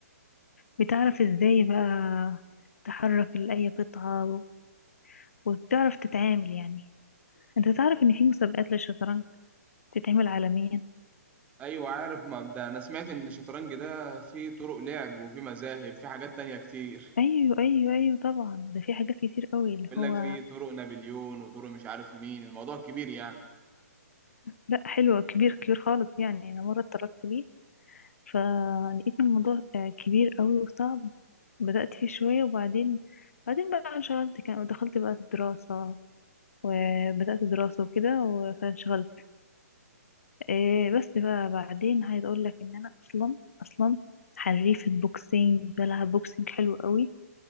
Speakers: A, on the left; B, on the right.
A: بتعرف ازاي بقى تحرك لأي قطعة وبتعرف تتعامل يعني انت تعرف ان في مسابقات للشطرنج بتتعمل عالميا
B: أيوة عارف مبدأ أنا سمعت إن الشطرنج ده فيه طرق لعب وفيه مذاهب فيه حاجات تانية كتير
A: ايوه ايوه ايوه طبعا ده في حاجات كتير قوي اللي
B: بيقول
A: هو
B: لك فيه طرق نابليون وطرق مش عارف مين الموضوع كبير يعني
A: لا حلو كبير كبير خالص يعني انا مره اتطرقت ليه فلقيت الموضوع آه، كبير قوي وصعب بدات فيه شويه وبعدين بعدين بقى انشغلت كان دخلت بقى في الدراسه وبدات دراسه وكده و- فانشغلت إيه بس بقى بعدين عايز اقول لك ان انا اصلا اصلا حريفه بوكسينج بلعب بوكسينج حلو قوي